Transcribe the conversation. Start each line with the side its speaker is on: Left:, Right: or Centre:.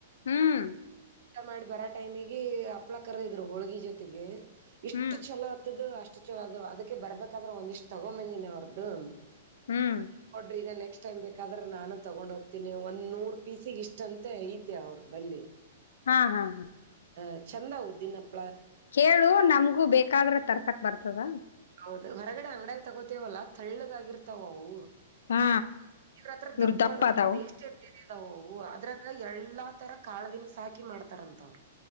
Left: ಹ್ಮ್
Right: ಊಟ ಮಾಡಿ ಬರೋ ಟೈಮಿಗೆ ಹಪ್ಳ ಕರ್ದಿದ್ರು ಹೋಳ್ಗಿ ಜೊತೆಗೆ ಎಷ್ಟು
Left: ಹ್ಮ್
Right: ಛಲೋ ಆತ್ತದ ಅಷ್ಟ್ ಚಲೋ ಅದು ಅದಕ್ಕೆ ಬರ್ಬೇಕಾದ್ರೆ ಒಂದಿಷ್ಟ್ ತಗೊ ಬಂದೀನಿ ಅವ್ರದ್ದು
Left: ಹ್ಮ್
Right: <unintelligible> ನೆ ನೆಕ್ಸ್ಟ್ ಟೈಮ್ ಬೇಕಾದ್ರೆ ನಾನು ತಗೊಂಡ್ ಹೋಗ್ತೀನಿ ಒಂದ್ ನೂರ್ ಪೀಸಿಗೆ ಇಷ್ಟ್ ಅಂತ ಐತೆ ಅವ್ರ ಬಲ್ಲಿ.
Left: ಹಾ ಹಾ ಹಾ
Right: ಅ ಚಂದ ಉದ್ದಿನ್ ಹಾಪ್ಪ್
Left: ಕೇಳು ನಮ್ಗೂ ಬೇಕಾದ್ರ ತರ್ತಕ್ ಬರ್ತದ.
Right: ಹೌದ್ ಹೊರಗಡೆ ಅಂಗ್ಡ್ಯಾಗ್ ತಗೋತೇವಲ್ಲಾ ತಳ್ಳಗಾಗಿರ್ತಾವ್ ಅವು.
Left: ಹಾ
Right: ಇವ್ರತ್ರ
Left: ಇವ್ರ
Right: ದಪ್ಪದ
Left: ದಪ್ಪ ಅದಾವು
Right: ಟೇಷ್ಟ್ <unintelligible> ಇದದಾವವು ಅದ್ರಗ್ ಎಲ್ಲಾ ತರ ಕಾಳ್ ದಿನ್ಸಾಕಿ ಮಾಡ್ತಾರಂತ ಅವ್ರು.